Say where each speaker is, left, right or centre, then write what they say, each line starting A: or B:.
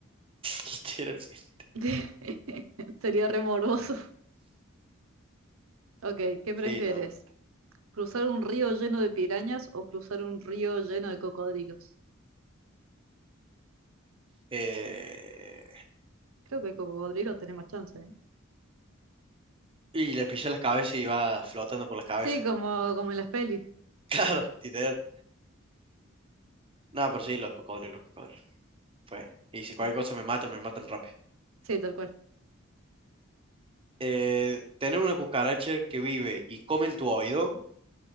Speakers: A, on the right; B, on the right.
A: Literalmente.
B: <laughs> Sería re morboso. Ok, ¿qué
A: Sí,
B: prefieres?
A: no.
B: ¿Cruzar un río lleno de pirañas o cruzar un río lleno de cocodrilos?
A: Eh,
B: Creo que cocodrilos tenemos chance, ¿eh?
A: Y le pisa las cabezas y va flotando por las cabezas.
B: Sí,
A: <laughs>
B: como, como en las pelis.
A: Claro, literal. No, pero sí, los cocodrilos, los cocodrilos. pues Y si cualquier
B: ¿no?
A: cosa me matan, me matan rápido.
B: Sí, tal cual.
A: Eh, tener una cucaracha que vive y come en tu oído,